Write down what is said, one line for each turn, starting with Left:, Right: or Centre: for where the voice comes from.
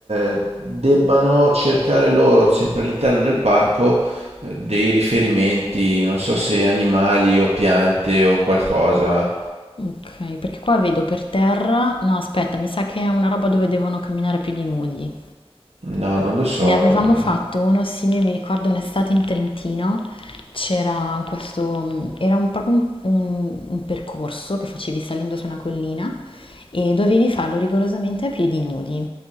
Right: eh, debbano cercare loro, sempre all'interno del parco, eh, dei riferimenti, non so se animali o piante o qualcosa.
Left: Okay, perché qua vedo per terra no aspetta, mi sa che è una roba dove devono camminare più di nudi.
Right: No, non lo so
Left: Ne avevamo
Right: allora.
Left: fatto uno simile, mi ricordo un'estate in Trentino, c'era questo, mh, era un- proprio un, un- un percorso che facevi salendo su una collina e dovevi farlo rigorosamente a piedi nudi.